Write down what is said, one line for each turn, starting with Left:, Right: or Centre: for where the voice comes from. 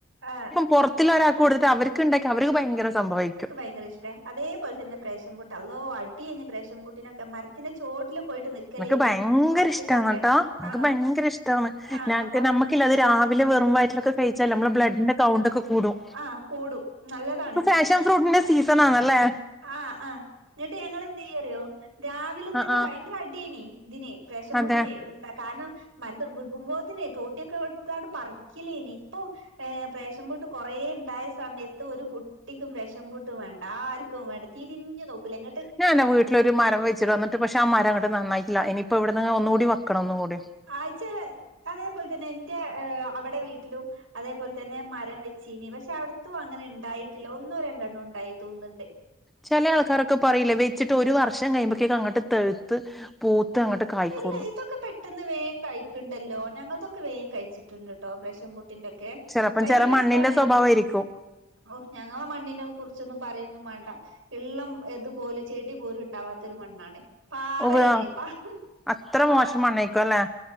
Right: ആഹ്
Centre: പൊറത്തില്ല ഒരാക്ക് കൊട്ത്തിട്ട് അവര്ക്ക്ണ്ടാക്കി അവര്ക്ക് ഭയങ്കര സംഭവായ്ക്കും
Right: ഭയങ്കരഷ്ടെ അതേപോല് തന്ന പ്രേഷംപൂട്ട് അള്ളോ അടിയേനി പ്രേഷംപൂട്ടിനൊക്കെ മര പിന്നെ ചോട്ടില് പോയിട്ട് നിക്കലേനി
Centre: എനക്ക് ഭയങ്കര
Right: ഫസ്റ്റ്ക്കൊക്കെ
Centre: ഇഷ്ടാണ് കേട്ടോ എനക്ക്
Right: ആണോ
Centre: ഭയങ്കര ഇഷ്ടമാണ്
Right: ആണോ
Centre: ഞങ്ങക്ക്
Right: ഫസ്റ്റ്
Centre: നമ്മുക്കില്ല അത്
Right: ആഹ്
Centre: രാവിലെ വെറും വയറ്റ്ലൊക്കെ കയിച്ചാല് അമ്മള ബ്ലഡിന്റെ കൗണ്ട് ഒക്കെ കൂടും.
Right: ആഹ് കൂടും നല്ലതാണ്
Centre: ഇപ്പ ഫാഷൻ ഫ്രൂട്ട്ന്റെ സീസനാണ്ലേ
Right: ആഹ് ആഹ് ന്നിട്ട് ഞങ്ങളെന്തെയ്യു അറിയൊ രാവിലെത്തന്നെ
Centre: ആഹ് ആഹ്
Right: ഭയങ്കര അട്യേനീ ഇതിന് പ്രാശം ഫ്രൂട്ടിന്
Centre: അതെ
Right: എന്താ കാരണം മരത്ത് വികുമ്പോത്തിനെ തോട്ട്യൊക്കെ എടുത്താണ്ട് പറ്ക്കലേനി ഇപ്പൊ ഏഹ് പ്രേഷംപൂട്ട് കൊറേണ്ടായ സമയത്ത് ഒരു കുട്ടിക്കും പ്രേഷംപൂട്ട് വേണ്ട ആർ ക്കും വാണ്ട തിരിഞ്ഞ് നോക്കൂല ങ്ങേ
Centre: ഞാങ്ങനെ വീട്ട്ല് ഒര് മരം വെയ്ച്ചിടാ ന്നട്ട് പക്ഷെ ആ മരങ്ങട്ട് നന്നായ്ട്ട്ല്ല ഇനിപ്പ ഇവട്ന്ന് ഒന്നൂടി വക്കണം ഒന്നും കൂടി
Right: ആച്ചാല് അതേപോല്ത്തന്നെ ന്റെ അവെടെ വീട്ട്ലും അതേപോല്ത്തന്നെ മരം വെച്ചീനി പക്ഷെ അവ്ട്ത്തും അങ്ങനെണ്ടായിട്ടില്ല ഒന്നോ രണ്ടെണ്ണോണ്ടായി തോന്ന്ണ്ട്.
Centre: ചെലേ ആൾക്കാരൊക്കെ പറയ്ലേ വെച്ചിട്ട് ഒര് വർഷം കഴിയുമ്പക്കേക്ക് അങ്ങട്ട് തെഴ്ത്ത് പൂത്തങ്ങട്ട് കായ്ക്കൂന്ന്.
Right: ഇല്ല ഇതൊക്കെ പെട്ടെന്ന് വേം കയ്ക്ക്ണ്ടല്ലോ ഞങ്ങൾതൊക്കെ വേം കയിച്ചിട്ട്ണ്ട്ട്ടോ ഇപ്രാശം പൂട്ട് ട്ടിന്റൊക്കെ
Centre: ചിലപ്പം
Right: ഭയങ്കരെസാണ്.
Centre: ചില മണ്ണിന്റെ സ്വഭാവമായിരിക്കും
Right: ഓ ഞങ്ങ മണ്ണിനെ കുറിച്ചൊന്നും പറയൊന്നും വാണ്ട ഇള്ളം ഇത്പോലും ചെടി പോലുണ്ടാവാത്തൊരു മണ്ണാണ്. പാറേണ്
Centre: ഉവ്വ്
Right: പ
Centre: അത്ര
Right: പാ
Centre: മോശം മണ്ണായിക്കും അല്ലെ